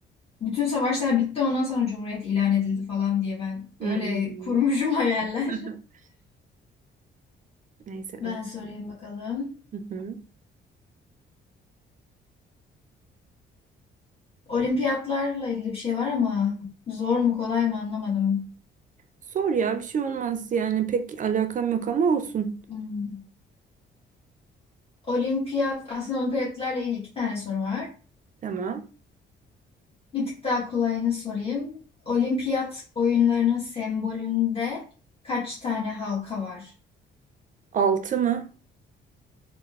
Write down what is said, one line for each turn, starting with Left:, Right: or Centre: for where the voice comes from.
Left: Bütün savaşlar bitti ondan sonra Cumhuriyet ilan edildi falan diye ben
Right: Hmm.
Left: öyle kurmuşum <laughs> hayaller.
Right: <laughs> Neyse
Left: Ben
Right: öyle.
Left: sorayım bakalım.
Right: Hı hı.
Left: Olimpiyatlarla ilgili bir şey var ama zor mu kolay mı anlamadım.
Right: Sor ya bir şey olmaz yani pek alakam yok ama olsun.
Left: Hmm. Olimpiyat, aslında olimpiyatlarla ilgili iki tane soru var.
Right: Tamam.
Left: Bir tık daha kolayını sorayım. Olimpiyat oyunlarının sembolünde kaç tane halka var?
Right: Altı mı?